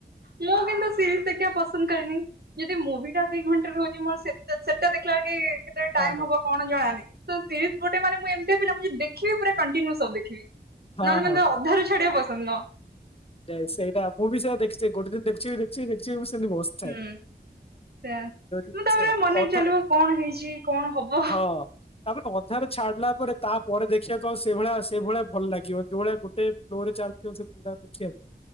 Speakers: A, on the right; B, on the left.
A: ମୁଁ କିନ୍ତୁ ସିରିଜ୍ ଦେଖିଆ ପସନ୍ଦ୍ କରେନି। ଯଦି ମୁଭି ଟା ଦି ଘଣ୍ଟା ରେ ହଉଚି ମୋର ସେଟା ସେଟା ଦେଖିଲାଏଳି କି କେତେ ଟାଇମ୍
B: ହଁ
A: ହବ
B: ହଁ
A: କଣ ଜଣାନାହିଁ ତୋ ସିରିଜ୍ ଗୋଟେ ମାନେ ମୁଁ ଏମତି ପିଲା ମୁଁ ଯଦି ଦେଖିବି ପୁରା କଣ୍ଟିନ୍ୟୁ ସବୁ ଦେଖିବି।
B: ହଁ
A: ନହେଲେ ମନ୍ତେ
B: ହଁ
A: ଅଧାରୁ ଛାଡିଆ ପସନ୍ଦ ନୁହଁ।
B: ତ ସେଇଟା ମୁଁ ବି ସେୟା ଦେଖଛେ ଗୋଟେ ଦିନ୍ ଦେଖଛିି ଦେଖଛି ଦେଖଛି ମୁଁ ସେମତି ବସ୍
A: ହୁଁ। ସେଆ ମୁଁ
B: ଜିନିଷ
A: ତାପରେ ମନେଇ
B: କଥା
A: ଚାଲିବ କଣ ହେଇଚି କଣ ହବ?
B: ହଁ ତାପରେ କଁ ଅଧାରେ ଛାଡିଲା ପରେ ତାପରେ ଦେଖିବାକୁ ଆଉ ସେଭଳିଆ ଆଉ ସେଭଳିଆ ଭଲ ଲାଗିବ ଯୋଉ ଭଳିଆ ଗୋଟେ ଫ୍ଲୋରେ ଚାଲିଥିବ ସେଗୁଡା ଦେଖିବାକୁ